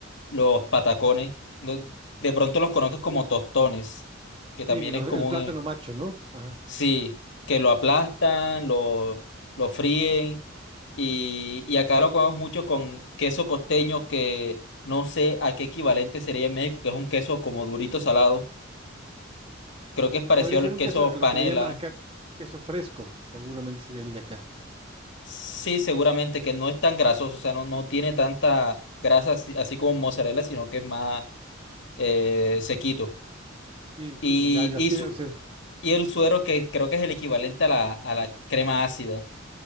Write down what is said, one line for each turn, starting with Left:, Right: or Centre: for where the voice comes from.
Left: los patacones, No- de pronto los conozco como tostones, que
Right: Sí,
Left: también
Right: que los-
Left: es común
Right: el plátano macho, ¿no? Ajá.
Left: Sí, que lo aplastan, lo, lo fríen y, y acá lo comemos mucho con queso costeño que no sé a qué equivalente sería en México, que es un queso como durito salado. Creo que es
Right: Pues
Left: parecido
Right: podría ser
Left: al
Right: un
Left: queso
Right: queso, lo
Left: panela.
Right: que le llaman acá queso fresco, seguramente sería el de acá.
Left: Sí, seguramente que no es tan grasoso, o sea, no, no tiene tanta grasa así, así como mozzarella, sino que es más eh, sequito.
Right: Sí,
Left: Y,
Right: ya, ya
Left: y,
Right: sí
Left: su-
Right: debe ser.
Left: y el suero que creo que es el equivalente a la, a la crema ácida.